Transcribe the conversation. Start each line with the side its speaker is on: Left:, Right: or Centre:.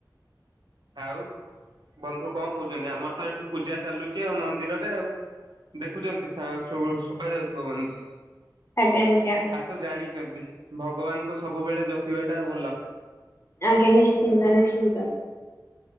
Right: ଆଉ ବନ୍ଧୁ କଣ କହୁଛନ୍ତି ଆମର ତ ଏଠି ପୂଜା ଚାଲୁଛି ଆଉ ମନ୍ଦିରରେ ଆଉ ଦେଖୁଛନ୍ତି ଶୁଭା ଯାଉଥିବ ବନ୍ଧୁ।
Left: ଆଜ୍ଞା ଆଜ୍ଞା
Right: ଆ ତ ଜାଣିଛନ୍ତି ଭଗବାନଙ୍କୁ ସବୁବେଳେ ଜପିବା ଟା ଭଲ।
Left: ଆଜ୍ଞା ନିଶ୍ଚିନ୍ତ ନିଶ୍ଚିନ୍ତ।